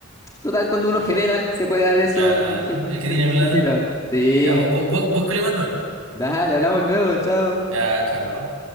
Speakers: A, on the left; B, on the right.
A: total, cuando uno genera, se puede dar eso,
B: Ya,
A: eso,
B: ¿no?
A: es lo que-
B: El que tiene
A: eso es
B: plata.
A: lo que gira. Sí,
B: Ya, bú- bú- búscalo y mándamelo.
A: dale, hablamos luego, chao.
B: Ya, chao.